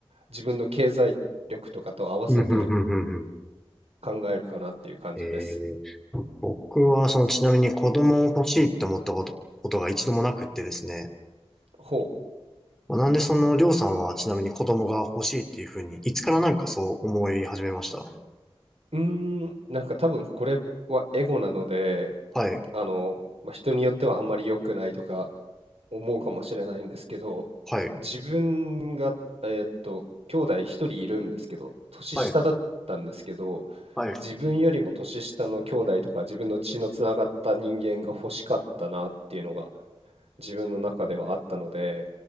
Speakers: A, on the right; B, in the centre.
A: 自分の経済力とかと合わせて
B: うん、うん、うん、うん。うん
A: 考えるかなっていう感じです。
B: えー、僕はそのちなみに子供を欲しいって思ったこと、ことが一度もなくってですね。
A: ほ
B: まあ、なんでそのりょうさんはちなみに子供が欲しいっていうふうに、いつからなんかそう思い始めました
A: う。うーん、なんか多分これはエゴなので、
B: はい。
A: あの、まあ、人によってはあんまり良くないとか思うかもしれないんですけど、
B: はい。
A: 自分が、えーっと、兄弟一人いるんですけど、年下だったんですけど、
B: はい。はい。
A: 自分よりも年下の兄弟とか自分の血のつながった人間が欲しかったなっていうのが自分の中ではあったので、